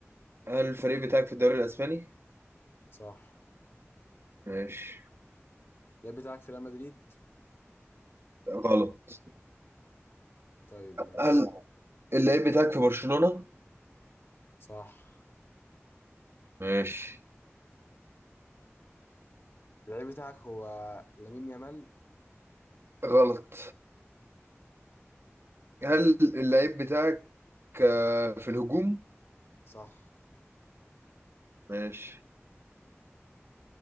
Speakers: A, on the right; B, on the left.
A: هل الفريق بتاعك في الدوري الاسباني
B: صح
A: ماشي
B: اللعيب بتاعك في ريال مدريد
A: غلط
B: طيب ماشي
A: هل اللعيب بتاعك في برشلونة
B: صح
A: ماشي
B: اللعيب بتاعك هو لامين يامال
A: غلط هل اللعيب بتاعك آه، في الهجوم
B: صح
A: ماشي